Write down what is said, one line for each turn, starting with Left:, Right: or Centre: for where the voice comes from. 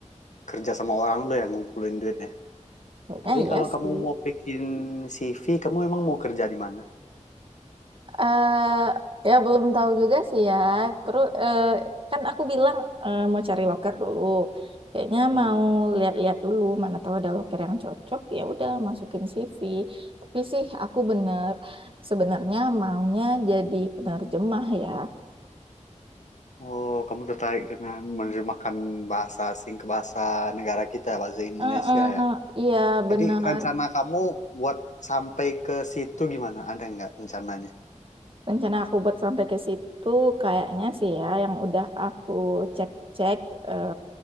Left: kerja sama orang dulu yang ngumpulin duitnya.
Right: kayaknya
Left: Tapi
Right: iya
Left: kalau kamu
Right: sih.
Left: mau bikin CV, kamu emang mau kerja di mana?
Right: eh ya belum tahu juga sih ya. Terus eh, kan aku bilang eh, mau cari loker dulu. Kayaknya
Left: Hmm.
Right: mau lihat-lihat dulu mana tahu ada loker yang cocok. Ya udah masukin CV. Tapi sih aku bener sebenarnya maunya jadi penerjemah ya.
Left: Oh, kamu tertarik dengan menerjemahkan bahasa asing ke bahasa negara kita, ya, bahasa Indonesia
Right: Heeh,
Left: ya?
Right: iya benar.
Left: Jadi rencana kamu buat sampai ke situ gimana? Ada nggak rencananya?
Right: Rencana aku buat sampai ke situ kayaknya sih ya yang udah aku cek-cek eh,